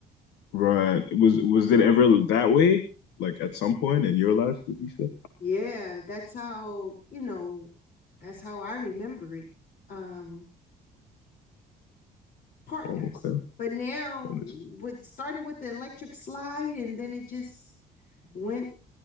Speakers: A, on the left (about 85°); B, on the left (about 55°).
A: right. Was was it ever that way? Like at some point in your life, would you say?
B: Yeah, that's how, you know, that's how I remember it. Um, partners.
A: Oh, okay.
B: But now
A: Honest.
B: what started with the electric slide and then it just went